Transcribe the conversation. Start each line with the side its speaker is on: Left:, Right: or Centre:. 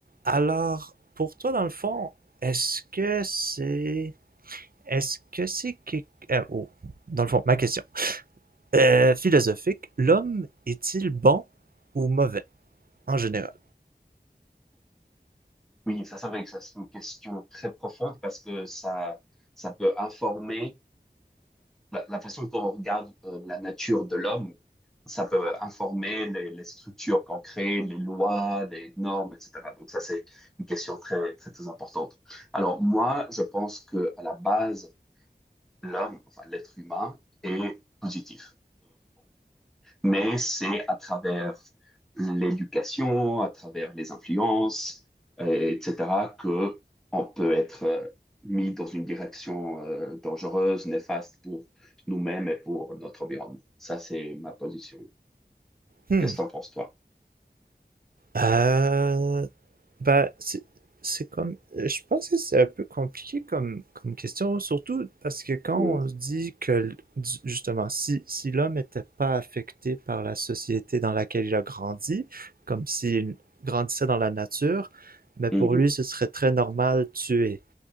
Right: Alors, pour toi, dans le fond, est-ce que c'est... Est-ce que c'est... que- euh, oh, dans le fond, ma question. Euh, philosophique, l'homme est-il bon ou mauvais, en général?
Centre: Oui, ça c'est vrai que ça c'est une question très profonde parce que ça, ça peut informer la, la façon qu'on regarde euh, la nature de l'homme. Ça peut informer les, les structures qu'on crée, les lois, les normes, etc. Donc ça c'est une question très, très, très importante. Alors moi, je pense que à la base, l'homme, enfin l'être humain, est positif. mais c'est à travers l'éducation, à travers les influences, euh, etc., que on peut être euh, mis dans une direction euh, dangereuse, néfaste pour nous-mêmes et pour notre environnement. Ça, c'est ma position.
Right: Hmm.
Centre: Qu'est-ce que t'en penses, toi?
Right: Euh, bah, c'est c'est comme, je pense que c'est un peu compliqué comme, comme question, surtout parce que quand
Centre: Ouais.
Right: on se dit que, l- du- justement, si, si l'homme n'était pas affecté par la société dans laquelle il a grandi, comme s'il grandissait dans la nature, mais pour
Centre: Mhm.
Right: lui, ce serait très normal tuer,